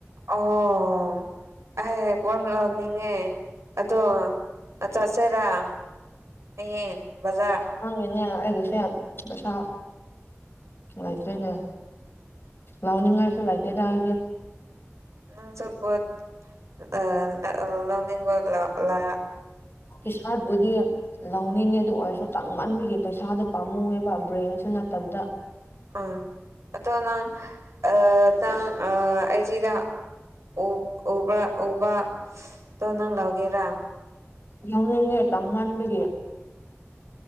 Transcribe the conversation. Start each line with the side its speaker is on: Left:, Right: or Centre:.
Right: ꯑꯣ ꯑꯍꯦ ꯄꯣꯠ ꯂꯧꯅꯤꯡꯉꯦ ꯑꯗꯣ ꯆꯠꯁꯦꯔꯥ ꯍꯌꯦꯡ ꯕꯖꯥꯔ
Left: ꯅꯪꯒꯤꯅꯦ ꯑꯩꯒꯤꯁꯦ ꯄꯩꯁꯥ ꯂꯩꯇ꯭ꯔꯦꯅꯦ ꯂꯥꯎꯅꯤꯡꯉꯥꯏꯁꯨ ꯂꯩꯇꯦꯗ ꯑꯩꯗꯤ
Right: ꯅꯪ ꯑꯆꯥꯄꯣꯠ ꯑꯥ ꯑꯥ ꯂꯧꯅꯤꯡꯕ ꯂꯥꯛ ꯂꯥ
Left: ꯏꯁꯥꯠꯕꯨꯗꯤ ꯂꯧꯅꯤꯡꯉꯦ ꯑꯗꯨ ꯑꯣꯏꯔꯁꯨ ꯇꯥꯡꯃꯟꯕꯒꯤ ꯄꯩꯁꯥꯗꯣ ꯄꯥꯝꯃꯨꯋꯦꯕ ꯕ꯭ꯔꯦꯟꯁꯨ ꯅꯠꯇꯕꯗ
Right: ꯍꯣꯏ ꯑꯇꯣ ꯅꯪ ꯑꯥꯖꯥꯡ ꯑꯥ ꯑꯩꯖꯤꯗ ꯎꯞ ꯎꯕ ꯎꯕ ꯇꯣ ꯅꯪ ꯂꯧꯒꯦꯔꯥ
Left: ꯂꯥꯎꯅꯤꯡꯉꯦ ꯇꯥꯡꯃꯟꯕꯒꯤ